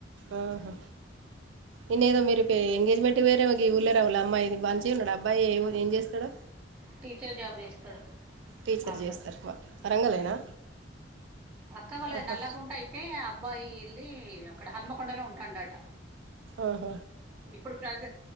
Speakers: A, on the right; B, on the right.
A: ఆహా ఎన్నిద మీరు. కే ఎంగేజ్మెంట్ వేరేమకి ఈ ఊళ్ళా రావుళ అమ్మాయి మంచిగుండున్నాడు అబ్బాయి ఏం చేస్తాడు.
B: టీచర్ జాబు చేస్తాడు.
A: టీచర్
B: ఆ అబ్బాయి
A: చేస్తారు వరంగలేనా.
B: ఉమ్ అక్క వాళ్లది
A: ఆహా.
B: నల్లకుంట అయితే అబ్బాయి వెళ్లి. ఇవి అక్కడ హన్మకొండలో ఉంటాండాట.
A: ఆహ్.
B: ఇప్పుడు ప్రజె